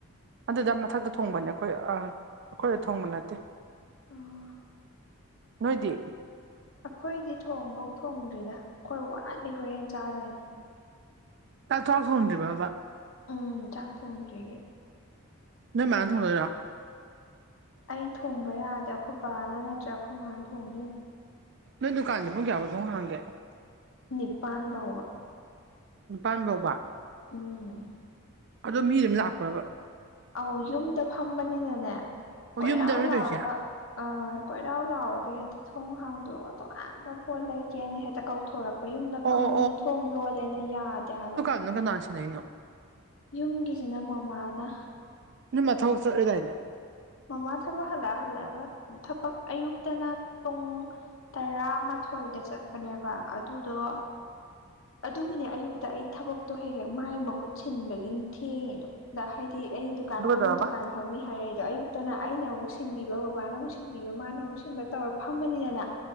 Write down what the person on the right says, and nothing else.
ꯑꯗꯨꯗ ꯃꯊꯛꯇ ꯊꯣꯡꯕꯅꯦ ꯑꯈꯣꯏ ꯑꯥ ꯑꯈꯣꯏꯗ ꯊꯣꯡꯕ ꯅꯠꯇꯦ
ꯅꯣꯏꯗꯤ
ꯇ ꯊꯣ ꯐꯣꯟꯗꯕꯕꯕꯥ
ꯅꯣꯏ ꯃꯌꯥꯝꯅ ꯊꯣꯡꯅꯣꯏꯔꯥ
ꯅꯣꯏ ꯗꯨꯀꯥꯟꯗꯤ ꯄꯨꯡ ꯀꯌꯥꯕꯨꯁꯨꯣꯡ ꯍꯥꯡꯒꯦ
ꯄꯥꯟ ꯐꯥꯎꯕ
ꯑꯗꯣ ꯃꯤ ꯑꯗꯨꯝ ꯂꯥꯛꯄ꯭ꯔꯕ
ꯑꯣ
ꯌꯨꯝꯗꯔꯣ ꯅꯣꯏ
ꯇꯧꯔꯤꯁꯦ ꯑꯣ
ꯑꯣ
ꯑ ꯅꯅꯥꯁꯤꯗ ꯂꯩꯣ
ꯅꯣꯏ ꯃꯊꯧꯛ ꯆꯠꯂꯣꯏꯗꯥꯏꯅꯦ
ꯑꯗꯨꯒ
ꯇꯧꯔꯕ